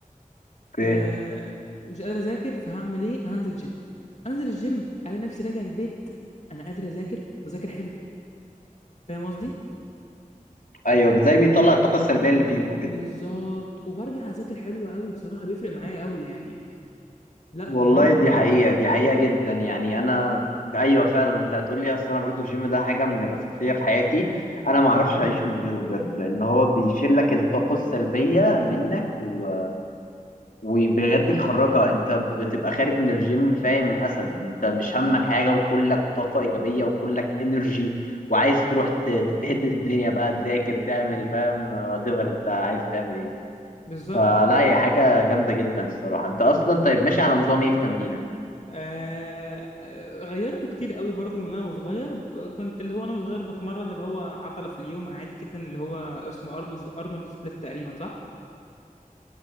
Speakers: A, on the left; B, on the left.
A: اوكي
B: آه مش قادر اذاكر فهعمل ايه هنزل جيم انزل الجيم انا نفسي راجع البيت انا قادر اذاكر بذاكر حلو فاهم قصدي
A: ايوه زي بيطلع الطاقه السلبيه اللي فيك وكده
B: بالظبط وبرجع اذاكر حلو قوي بصراحه بيفرق معايا قوي يعني لا
A: والله
B: مهم
A: دي حقيقة دي حقيقة جدا يعني أنا أيوة فعلا أنت هتقولي أصل أنا برضو الجيم ده حاجة من الأساسية في حياتي أنا ما أعرفش أعيش من غيره بجد لأن هو بيشيل لك الطاقة السلبية منك و... وبجد يخرجها أنت بتبقى خارج من الجيم فاهم أسد أنت مش همك حاجة وكلك طاقة إيجابية وكلك إنرجي وعايز تروح ت... تتهد الدنيا بقى تذاكر تعمل فاهم وات ايفر أنت عايز تعمل إيه
B: بالظبط
A: فلا هي حاجة جامدة جدا الصراحة أنت أصلا طيب ماشي على نظام إيه في تمرينك؟
B: آه آه، غيرته كتير قوي برضو من انا وصغير ب- كنت اللي هو انا وصغير بتمرن اللي هو عضله في اليوم عادي جدا اللي هو اسمه ارنولد ارنولد سبليت تقريبا صح